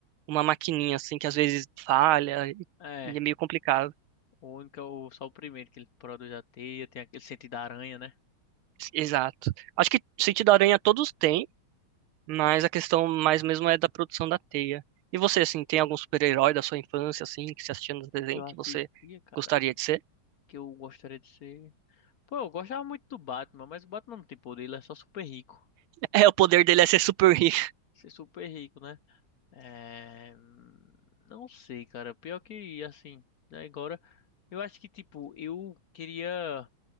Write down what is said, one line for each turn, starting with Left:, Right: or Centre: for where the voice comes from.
Right: uma maquininha assim que às vezes falha e,
Left: É,
Right: e é meio complicado.
Left: o único, é o, só o primeiro que ele produz a teia, tem aquele sentido da aranha, né?
Right: Exato. Acho que sentido da aranha todos têm. Mas a questão mais mesmo é da produção da teia. E você, assim, tem algum super-herói da sua infância, assim, que você assistia nos desenhos
Left: Que eu assistia,
Right: que você
Left: cara,
Right: gostaria de ser? <laughs>
Left: que eu gostaria de ser. Pô, eu gostava muito do Batman, mas o Batman não tem poder, ele é só super rico.
Right: É, o poder dele é ser super rico.
Left: Ser super rico, né? É... Não sei, cara. Pior que, assim, né, agora. Eu acho que, tipo, eu queria